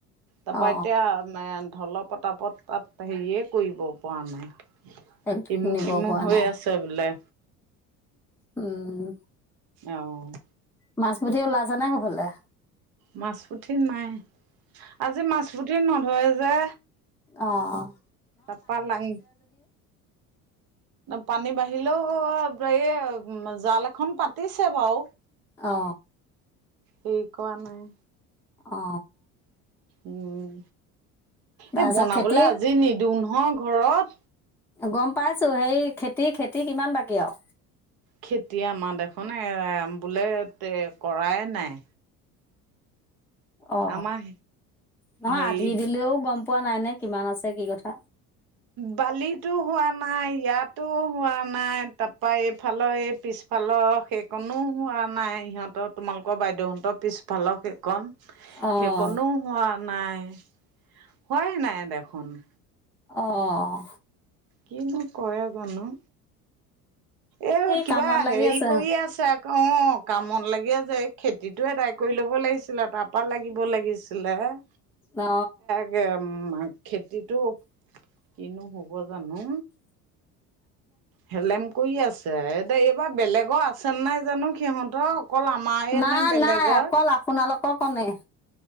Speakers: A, in the centre; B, on the right.
A: অ
B: তাপা এতিয়া ঢল পতাপত তাত হেৰিয়ে কৰিব পৰা নাই।
A: ট্ৰেক্টৰ
B: ইমু
A: নিব
B: খিমু
A: পৰা
B: হৈ
A: নাই
B: আছে বোলে।
A: উম
B: অঁ
A: মাছ পুঠি ওলাইছে নে সেইফালে-
B: মাছ পুঠি নাই আজি মাছ পুঠি নধৰে যে।
A: অঁ
B: তাপা লাং- পানী বাঢ়িলেও এই জাল এখন পাতিছে বাও।
A: অঁ।
B: হেৰি কৰা নাই৷
A: অ
B: উম
A: তাৰপিছত
B: এই বনাবলে
A: খেতি
B: আজি নিদিওঁ নহয় ঘৰত৷
A: গম পাইছো হেই খেত- খেতি কিমান বাকী আৰু?
B: খেতি আমাৰ দেখোন বোলে কৰাই নাই৷
A: অ
B: আমাৰ
A: নহয়
B: হেৰি
A: আধি দিলেও গম পোৱা নাই নে কিমান আছে কি কথা৷
B: বালিটো হোৱা নাই ইয়াতো হোৱা নাই তাপা এইফালৰ এই পিছ ফালৰ সেইকণো হোৱা নাই সিহঁতৰ তোমালোকৰ বাইদেউহঁতৰ পিছফালৰ সেই কণ
A: অ',
B: সেইকণো হোৱা নাই হোৱাই নাই দেখোন৷
A: অঁ
B: কিনো কৰে জানো! এই কিবা
A: কামত লাগি
B: হেৰি
A: আছে
B: কৰি আছে অ কামত লাগি আছে এই খেতিটো আদায় কৰি ল'ব লাগিছিলে তাপা লাগিব লাগিছিলে৷
A: অ
B: তাকে মা খেতিটো কিনো হব৷ হব জানো হেলেম কৰি আছে এ এইবাৰ বেলেগৰ আছে নাই জানো সিহঁতৰ৷ অকল আমাৰ
A: নাই
B: নে বেলেগৰ৷
A: নাই অকল আপোনালোকৰ কনে৷